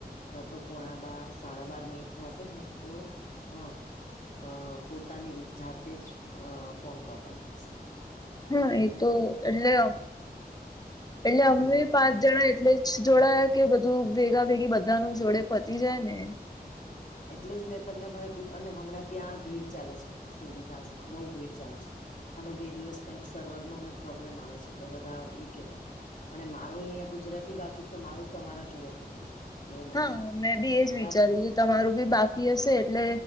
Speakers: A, on the left (about 50°); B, on the left (about 25°).
A: ન તો પોણા બાર સાડા બાર મિનિટ થશે ને તો હા અ પોતાની રી જાતે જ અ ફોન કપાય જશે.
B: હા એ તો એટલે એટલે અમે
A: હવે
B: પાંચ જણા એટલે જોડયા કે બધું ભેગા ભેગી બધા નું જોડે પતી જાય ને
A: એટલે જ મેં તમને ભાઈ અને હમણાં ત્યાં ભીડ ચાલે છે. સિંધી ટાસ માં બહુ ભીડ ચાલે છે. અને બે દિવસ કઈક સર્વર નું ને પ્રોબ્લેમ આવે છે એટલે બધા ઈ કેતા હતા. અને મારું એ અહીંયા ગુજરાતી બાકી તો મારું તમારા જોડે પતી જાય એવું મને
B: હા
A: લાગ્યું
B: મેં બી એજ વિચાર્યું
A: બાકી
B: તમારું ભી બાકી હશે એટલે